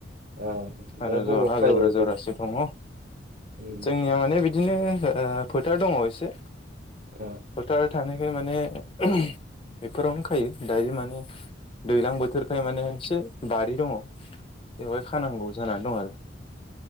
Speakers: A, on the right (about 45°); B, on the left (about 30°).
A: ओमफ्राय
B: आरो
A: बबाव
B: ज हालेवग्रा
A: खायो
B: जरासे
A: बेलाय
B: दङ'
A: उम
B: जोंनिया माने बि बिदिनो ओ फोथार दङ' एसे
A: ओ
B: फोथार थानाय खाय माने <unintelligible> बेफोरावनो खायो दायो माने दैज्लां बोथोरखाय माने से बारि दङ' बेवहाय खानांगौ जानानै दं आरो